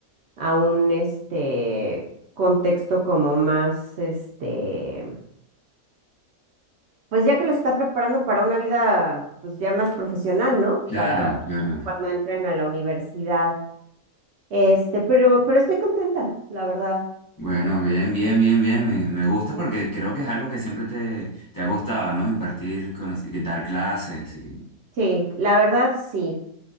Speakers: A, on the right; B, on the left.
A: a un este contexto como más este, pues ya que los está preparando para una vida pues ya más profesional, ¿no?
B: claro,
A: Para
B: claro.
A: cuando entren a la universidad. Este, pero, pero estoy contenta, la verdad.
B: Bueno, bien, bien, bien, bien. Me, me gusta porque creo que es algo que siempre te, te ha gustado, ¿no? Impartir, conocer, dar clases. y-
A: Sí, la verdad sí.